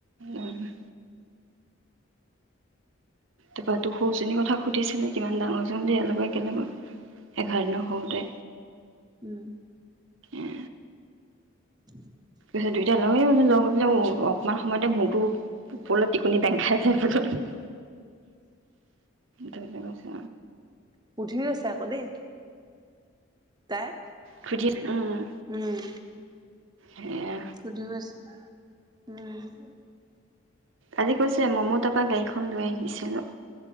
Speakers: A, on the right; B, on the right.
A: উ <inaudible> তাৰপৰা তো সৰুজনীৰ কথা সুধিছিলে কিমান ডাঙৰজন বুলি এক লগে একেলগে এঘাৰ ন হওঁতে
B: উম।
A: উ
B: <unintelligible>
A: তত দুয়োটা লগ হৈই মান লগ হৈ পেলাই অকপমান সময়তে মৰটোো ওপৰলৈ টিকুনি বেং খাই যায় বলত ধয় কৈছে
B: পুধি আছে আকৌ দেই তাই
A: খুধ উম
B: উম,
A: সেয়া
B: সুধিও গৈছো ন উম
A: আজি কৈছে মই মো তাৰপা গাড়ীখন লৈ আহিছিলো